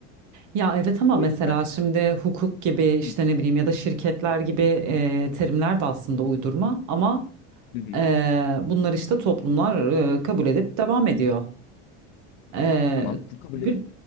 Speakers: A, on the right; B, on the left.
A: Ya evet ama
B: O
A: mesela
B: yüzden
A: şimdi hukuk gibi işte
B: Hı,
A: ne bileyim ya da şirketler gibi e, terimler de aslında uydurma ama
B: hı, hı.
A: e, bunlar işte toplumlar e, kabul edip devam ediyor. Ee,
B: tamam kabul
A: bir,
B: et.